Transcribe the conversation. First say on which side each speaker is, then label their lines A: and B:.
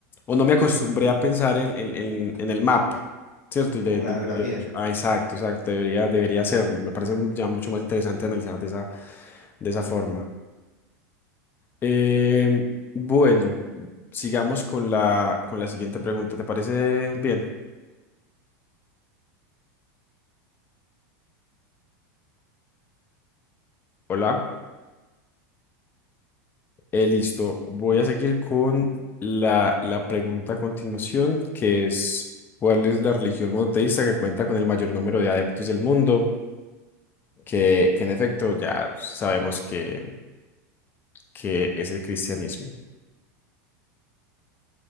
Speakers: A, on the left; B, on the left.
A: o no me acostumbré a pensar en, en- en- en el mapa, ¿cierto? Y de-
B: Como
A: de-
B: la geografía.
A: debía haber- ah, exacto, exacto, debería, debería hacerlo. Me parece ya mucho más interesante analizar de esa, de esa forma. Em, bueno, sigamos con la, con la siguiente pregunta. ¿Te parece bien? Hola. Eh, listo. Voy a seguir con la, la pregunta a continuación, que es, ¿cuál es la religión monoteísta que cuenta con el mayor número de adeptos del mundo? que, que en efecto ya sabemos que, que es el cristianismo.